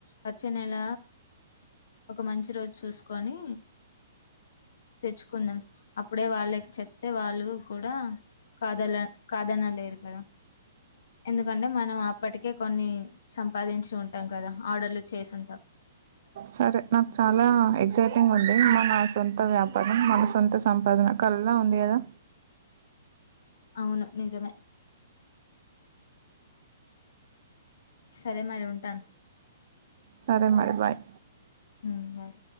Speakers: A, on the left; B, on the right.
A: వచ్చే నెల ఒక మంచి రోజు చూసుకొని తెచ్చుకుందాం అప్పుడే వాళ్ళకి చెప్తే వాళ్ళు కూడా కాదల కాదనలేరు కదా ఎందుకంటే మనం ఆ ఎప్పటికె కొన్ని సంపాదించి ఉంటాం కదా ఆర్డర్లు చేసింటాం
B: సరే నాకు చాలా ఎక్సైటింగ్ ఉంది మ నా సొంత వ్యాప్ పరం మన సొంత సంపాదన కలల ఉంది కదా
A: అవును నిజమే సరే మరి ఉంటాను
B: సరే మరి బాయ్
A: ఊ బాయ్